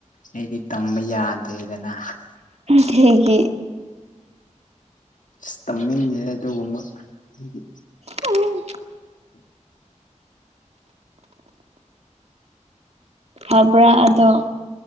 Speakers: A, on the left; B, on the right.
A: ꯑꯩꯗꯤ ꯇꯝꯕ ꯌꯥꯗꯦꯗꯅ
B: ꯀꯩꯒꯤ
A: ꯑ ꯇꯝꯅꯤꯡꯗ‌ꯦ ꯑꯗꯨꯒꯨꯝꯕ ꯑꯩꯗꯤ
B: ꯎꯝ ꯐꯕ꯭ꯔꯥ ꯑꯗꯣ